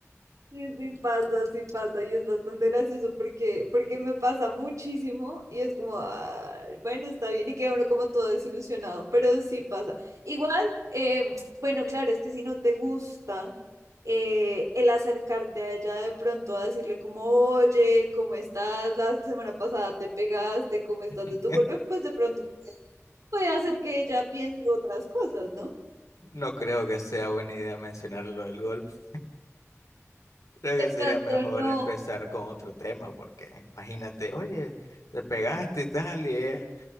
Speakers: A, on the right (about 80°); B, on the left (about 85°).
A: Sí, sí pasa, sí pasa y es bastante gracioso porque, porque me pasa muchísimo y es como, "Ay, bueno, está bien y queda uno como todo desilusionado, pero sí pasa. Igual, eh, bueno, claro, es que si no te gusta eh, el acercarte a ella de pronto a decirle como, oye, ¿cómo estás? La semana pasada te pegaste, ¿cómo estás
B: <laughs>
A: de tu golpe? Pues de pronto puede hacer que ella piense otras cosas, ¿no?
B: No creo que sea buena idea mencionar lo del golpe. Creo que
A: De pronto
B: sería mejor
A: no.
B: empezar con otro tema porque imagínate, oye, te pegaste y tal y ella...